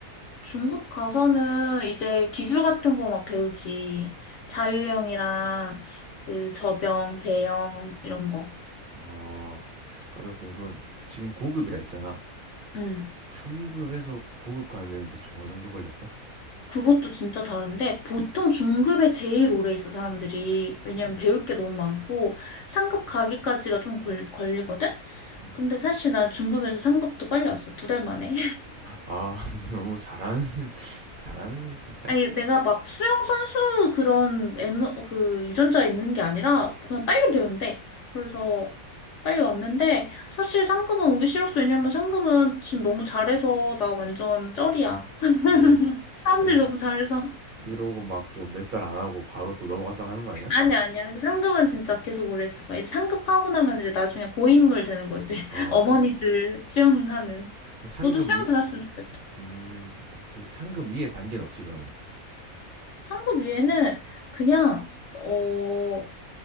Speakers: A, on the left; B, on the right.
A: 중급 가서는 이제 기술 같은 거 막 배우지. 자유형이랑 그 저병, 배영 이런 거.
B: 어, 까다롭게. 그럼 지금 고급이라 했잖아.
A: 응.
B: 중급에서 고급 가는데 대충 어느 정도 걸렸어?
A: 그것도 진짜 다른데 보통 중급에 제일 오래 있어 사람들이. 왜냐면
B: 음,
A: 배울 게 너무 많고 상급 가기까지가 좀 걸, 걸리거든?
B: 음.
A: 근데 사실 나 중급에서 상급도 빨리 왔어. 두 달 만에.
B: 아, <laughs> 너무 잘하는, <laughs> 잘하는 살짝?
A: 아니, 내가 막 수영 선수 그런 에너, 그 유전자 있는 게 아니라 그냥 빨리 배운대. 그래서 빨리 왔는데 사실 상급은 오기 싫었어. 왜냐면 상급은 지금 너무 잘해서 나 완전 쩔이야. <laughs>
B: 아니,
A: 사람들
B: 아니,
A: 너무 잘해서.
B: 이러고 막 또 몇 달 안 하고 바로 또 넘어갔다고 하는 거 아니야?
A: 아니야, 아니야. 상급은 진짜 계속 오래 있을 거야. 이제 상급하고 나면 이제 나중에 고인물 되는 거지. <laughs>
B: 어,
A: 어머니들
B: 그럼
A: 수영하는.
B: 상금
A: 너도 수영
B: 위,
A: 배웠으면 좋겠다.
B: 음, 오케이. 상금 위에 단계는 없지, 그러면.
A: 상급 위에는 그냥, 어,